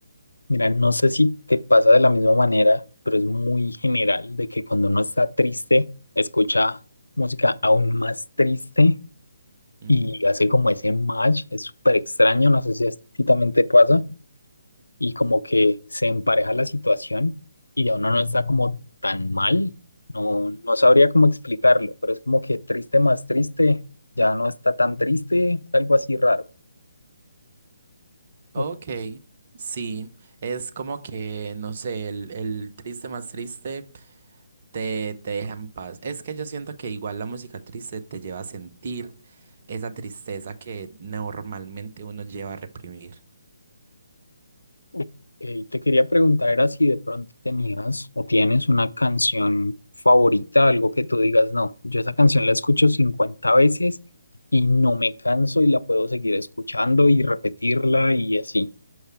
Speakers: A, on the left (about 80°); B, on the right (about 45°).
A: Mira, no sé si te pasa de la misma manera, pero es muy general de que cuando uno está triste, escucha música aún más triste
B: Mm,
A: y hace como ese match, es súper extraño, no sé si a ti también te pasa, y como que se empareja la situación y ya uno no está como tan mal, no, no sabría cómo explicarlo, pero es como que triste más triste, ya no está tan triste, algo así raro.
B: ok,
A: ¿O
B: sí, es como que, no sé, el, el triste más triste. te, te deja en paz. Es que yo siento que igual la música triste te lleva a sentir esa tristeza que normalmente uno lleva a reprimir.
A: Ok, te quería preguntar, era si de pronto tenías o tienes una canción favorita, algo que tú digas, no, yo esa canción la escucho 50 veces y no me canso y la puedo seguir escuchando y repetirla y así.